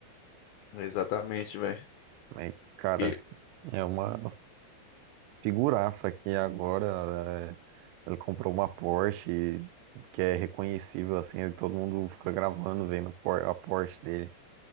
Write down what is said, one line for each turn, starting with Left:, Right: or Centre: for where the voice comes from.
Left: Exatamente, velho.
Right: Mas, cara,
Left: E-
Right: é uma figuraça aqui agora. é, Ele comprou uma Porsche que é reconhecível assim. e Todo mundo fica gravando vendo por- a Porsche dele.